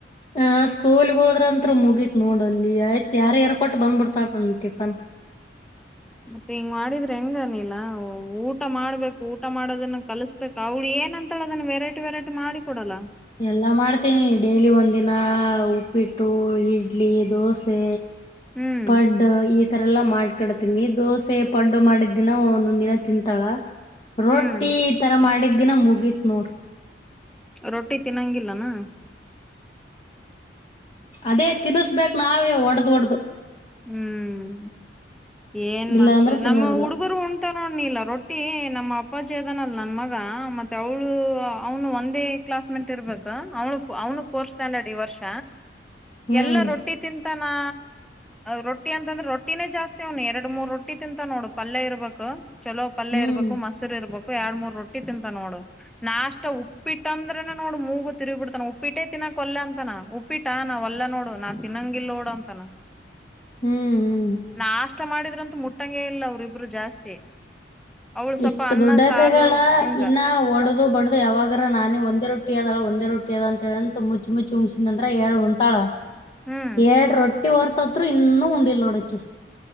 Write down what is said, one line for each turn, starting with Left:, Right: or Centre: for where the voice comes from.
Left: ಆ ಸ್ಕೂಲ್ಗ್ ಹೋದ್ರಂತ್ರ ಮುಗೀತ್ ನೋಡಲ್ಲಿ ಆಯ್ತ್ ಯಾರ ಯಾರ ಕೊಟ್ಟ ಬಂದ್ಬಿಡ್ತತನ್ ಟಿಫನ್
Centre: <inaudible> ಮತ್ತೆ ಹಿಂಗ್ ಮಾಡಿದ್ರೆ ಹೆಂಗನಿಲ್ಲ ಊಟ ಮಾಡ್ಬೇಕು ಊಟ ಮಾಡೋದನ್ನ ಕಲ್ಸ್ಬೇಕ ಅವಳಿಯ ಏನ ಅಂತ ಹೇಳಳ ಅದನ್ನ ವೆರಟಿೆರೈಟಿ ಮಾಡಿ ಕೊಡಲ್ಲ
Left: ಎಲ್ಲಾ ಮಾಡ್ತೀನಿ ಡೈಲಿ ಒಂದಿನ ಉಪ್ಪಿಟ್ಟು ಇಡ್ಲಿ ದೋಸೆ
Centre: ಹ್ಮ್
Left: ವಾಡೂ ಈ ತರ ಎಲ್ಲಾ ಮಾಡ್ಕಡತೀನಿ ದೋಸೆ ಪಡ್ಡು ಮಾಡಿದ್ದಿನ ಒಂದೊಂದ್ ದಿನ ತಿಂತಾಳ ರೊಟ್ಟಿ
Centre: ಹ್ಮ್
Left: ಈ ತರ ಮಾಡಿದ ದಿನ ಮುಗಿತ್ ನೋಡ
Centre: ರೊಟ್ಟಿ ತಿನ್ನೊಂಗಿಲ್ಲನಾ
Left: ಅದೇ ತಿನ್ಸ್ಬೇಕಕ್ ನಾವೇ ಒಡ್ದ್ ಒಡ್ದ
Centre: ಹ್ಮ್ ಏನ್
Left: ಇಲ್ಲ
Centre: ಮಾಡ್ತೇವೆ
Left: ಅಂದ್ರೆ ತಿನ್ನೋದಿಲ್ಲ
Centre: ನಮ್ಮ ಹುಡುಗರು ಉಂಟ ನೋ ಇಲ್ಲ ರೊಟ್ಟಿ ನಮ್ಮ ಅಪ್ಪಾಜಿದನಲ್ ನನ್ ಮಗ ಮತ್ತೆ ಅವಳು ಅವನು ಒಂದೇ ಕ್ ಕಸ್ಮೆಂಟ್ ಇರ್ಬೇಕ ಅವ್ಳ ಅವನು ಫೋರ್ತ್ ಸ್ಟ್ಯಾಂಡರ್ಡ್ ಈ ವರ್ಷ
Left: ಹ್ಮ್
Centre: ಎಲ್ಲಾ ರೊಟ್ಟಿ ತಿಂತ ನಾ ರೊಟ್ಟಿ ಅಂತಂದ್ರೆ ರೊಟ್ಟಿನೇ ಜಾಸ್ತಿ ಅವ್ನು ಎರ ಮೂರ್ ರೊಟ್ಟಿ ತಿಂತ ನೋಡು ಪಲ್ಯ ಇರ್ಬೇಕಕ್ ಚಲೋ ಪಲ್
Left: ಹ್ಮ್
Centre: ಇರ್ಬೇಕು ಮೊರು ಇರ್ಬೇಕು ಎರಡ್ ಮೂರ್ ರೊಟ್ಟಿ ತಿಂತ ನೋಡು ನಾಷ್ಟ ಉಪ್ಪಿಟ್ಟ ಅಂದ್ರೆ ನೋಡು ಮೂಗು ತಿರುಿ ಬಿಡ್ತಾನ ಉಪ್ಪಿಟ್ಟೇ ತಿ ಕೊಲ್ಲ ಅಂತನ ಉಪ್ಪಿಟ್ಟ ನಾ ಒಲ್ಲ ನೋಡು ನಾ ತಿನ್ನಂಗಿಲ್ಲ ನೋಡು ಅಂತನ
Left: ಹ್ಮ್ ಹ್ಮ್ ಹ್ಮ್
Centre: ನಾ ಆಷ್ಟ ಮಾಡಿದ್ರಂತೂ ಮುಟ್ಟಂ ಇಲ್ಲ ಅವ್ರಿಬ್ರು ಜಾಸ್ತಿ ಅವ್ಳು ಸ್ವಲ್ಪ
Left: ಇಷ್ಟ
Centre: ಅನ್ನ
Left: ದುಡ್ಡಕಗಳ
Centre: ಸಾರು ಹಿಂಗ
Left: ಇನ್ನ ಒಡದು ಬಡದು ಯಾವಾಗರ ನಾನೇ ಒಂದ ಒಂದೇ ರೊಟ್ಟಿದಳ ಒಂದ ರೊಟ್ಟಿ ಅದ ಅಂತ ಹೇಳ ಅಂತ ಮುಚ್ಚ ಮುಚ್ಚಿುಣ್ಸಿದ ಅ್ರ ಹೇಳಳ್ ಉಂಂತಳ
Centre: ಹ್ಮ್
Left: ಎರಡ್ ರೊಟ್ಟಿ ಹೊರ್ತತ್ರು ಇನ್ನೂ ಉಂಡಲ್ ನೋಡಕಿ